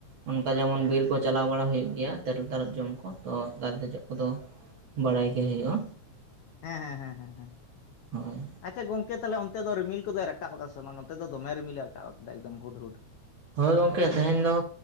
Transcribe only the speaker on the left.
ᱦᱮᱸ ᱦᱮᱸ ᱦᱮᱸ ᱦᱮᱸ
ᱟᱪᱪᱷᱟ ᱜᱚᱝᱠᱮ ᱛᱟᱦᱚᱞᱮ ᱚᱱᱛᱮ ᱫᱚ ᱨᱤᱢᱤᱞ ᱫᱚᱭ ᱨᱟᱠᱟᱵ ᱟᱠᱟᱫ ᱥᱮ ᱵᱟᱝᱟᱱ ᱱᱚᱛᱮ ᱫᱚᱢᱮ ᱨᱤᱞᱮ ᱨᱟᱠᱟᱵ ᱟᱠᱟᱫᱟ ᱮᱠᱫᱚᱢ ᱦᱩᱰ ᱦᱩᱰ